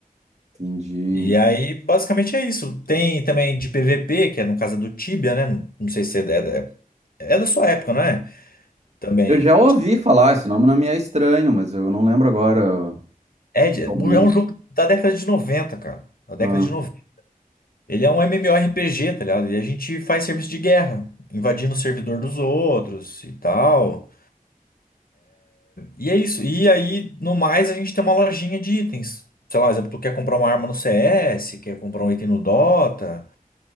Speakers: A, on the right; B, on the left.
A: Entendi.
B: E aí, basicamente é isso. Tem também de PVP, que é no caso é do Tibia, né? Não não sei se é da, é é da sua época, não é? Também.
A: Eu já ouvi falar, esse nome não me é estranho, mas eu não lembro agora
B: É, de-
A: realmente.
B: é um jogo da década de 90, cara. Da década
A: Ah,
B: de 90. Ele é um MMORPG, tá ligado? E a gente faz serviço de guerra, invadindo o servidor dos outros e tal. E é isso. E aí, no mais, a gente tem uma lojinha de itens. Sei lá, exemplo, tu quer comprar uma arma no CS, quer comprar um item no Dota,